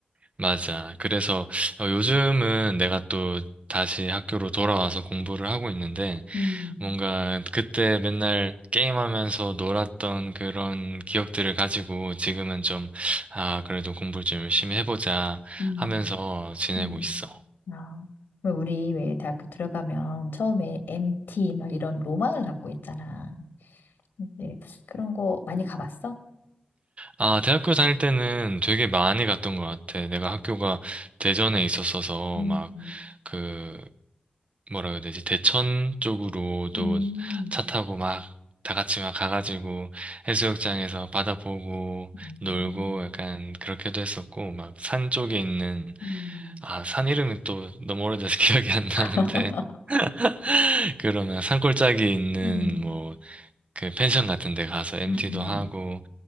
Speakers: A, on the right; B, on the left.
A: 맞아. 그래서 어, 요즘은 내가 또 다시 학교로 돌아와서 공부를 하고 있는데
B: 음,
A: 뭔가 그때 맨날 게임하면서 놀았던 그런 기억들을 가지고 지금은 좀, 아, 그래도 공부를 좀 열심히 해보자
B: 음,
A: 하면서 지내고
B: 음.
A: 있어.
B: 아. 왜 우리 왜 대학교 들어가면 처음에 MT 막 이런 로망을 갖고 있잖아. 근데 그런 거 많이 가봤어?
A: 아, 대학교 다닐 때는 되게 많이 갔던 것 같아. 내가 학교가 대전에 있었어서
B: 음,
A: 막
B: 음,
A: 그 뭐라 그래야 되지? 대천 쪽으로도
B: 음,
A: 차 타고 막 다 같이 막 가가지고 해수욕장에서 바다 보고
B: 음,
A: 놀고 약간 그렇게도 했었고 막 산 쪽에 있는
B: 음.
A: 아, 산 이름이 또 너무 오래돼서 <laughs> 기억이 안 나는데
B: <laughs>
A: <laughs> 그러면 산골짜기에 있는
B: 음,
A: 뭐 그 펜션 같은 데 가서 MT도
B: 음.
A: 하고